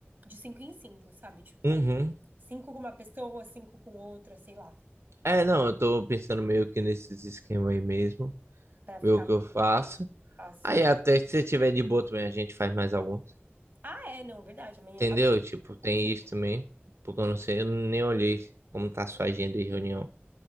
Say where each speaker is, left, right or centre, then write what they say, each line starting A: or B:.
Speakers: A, on the right (about 40°); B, on the right (about 80°).
A: de cinco em cinco, sabe? Tipo,
B: Uhum.
A: cinco com uma pessoa, cinco com outra, sei lá,
B: É, não, eu tô pensando meio que nesses esquemas aí mesmo,
A: Pra ficar
B: ver o que eu faço.
A: mais fácil,
B: Aí
A: né?
B: até se você tiver de boa também, a gente faz mais alguns.
A: Ah, é, não, verdade. Amanhã,
B: Entendeu?
A: amanhã
B: Tipo,
A: eu consigo.
B: tem isso também, porque eu não sei, eu nem olhei como tá a sua agenda de reunião